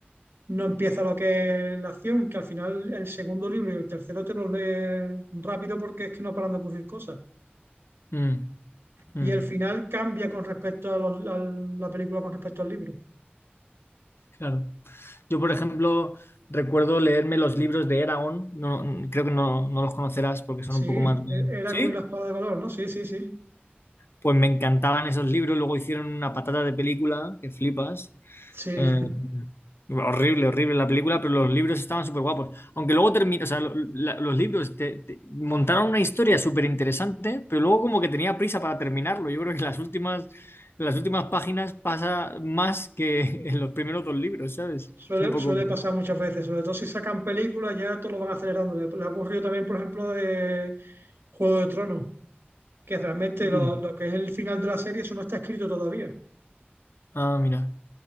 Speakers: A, on the right; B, on the left.
A: no empieza lo que es la acción, que al final el segundo libro y el tercero te los lees rápido porque es que no paran de ocurrir cosas.
B: mm, mm,
A: Y el final cambia con respecto a, los- a la película, con respecto al libro.
B: claro. Yo, por ejemplo, recuerdo leerme los libros de Eragon, no, no- creo que no, no los conocerás porque
A: Sí,
B: son un poco más... de-
A: e- era
B: Sí,
A: con la espada de valor, ¿no? Sí, sí, sí.
B: pues me encantaban esos libros, luego hicieron una patata de película, que flipas.
A: Sí,
B: Eh, horrible, horrible la película, pero los libros estaban súper guapos. Aunque luego terminó, o sea, lo- la- los libros te, te- montaron una historia súper interesante, pero luego como que tenía prisa para terminarlo. Yo creo que las últimas, las últimas páginas pasa más que <laughs> en los primeros dos libros, ¿sabes?
A: suele,
B: Es un poco...
A: suele pasar muchas veces, sobre todo si sacan películas, ya todos lo van acelerando. Le, le ha ocurrido también, por ejemplo, de Juego de Tronos, que realmente
B: mm,
A: lo, lo que es el final de la serie, eso no está escrito todavía.
B: Ah, mira.